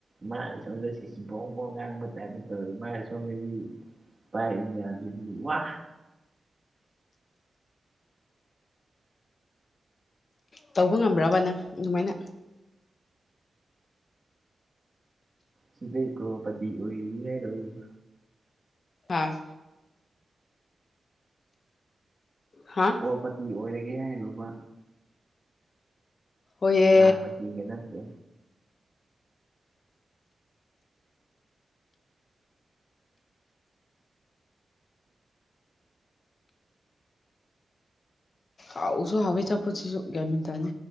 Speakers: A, on the right; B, on the left.
A: ꯃꯥꯅ ꯁꯣꯝꯗ ꯁꯤꯏꯁ ꯕꯣꯡꯕꯣꯡ ꯉꯥꯡꯕ ꯇꯥꯏꯞꯇ ꯇꯧꯋꯦ ꯃꯥꯅ ꯁꯣꯝꯗꯗꯤ ꯄꯥꯏꯔꯤ ꯃꯌꯥꯝꯖꯤꯗꯤ ꯋꯥ
B: ꯇꯧꯕ ꯉꯝꯕ꯭ꯔꯕ ꯅꯪ ꯑꯗꯨꯃꯥꯏꯅ
A: ꯁꯤꯗꯩ ꯀꯣ ꯄꯇꯤ ꯑꯣꯏ <unintelligible>
B: ꯍꯥꯥ ꯍꯥꯥ
A: ꯀ꯭ꯔꯣꯔꯄꯇꯤ ꯑꯣꯏꯔꯒꯦ ꯍꯥꯏꯔꯣꯕ
B: ꯍꯣꯏꯌꯦ
A: ꯂꯥꯛꯄꯇꯤꯒ ꯅꯠꯇꯦ
B: ꯍꯥꯎꯁꯨ ꯍꯥꯎꯋꯤ ꯑꯆꯄꯣꯠꯁꯤꯁꯨ ꯒ꯭ꯌꯥꯟ ꯃꯧꯟ ꯇꯥꯗꯦ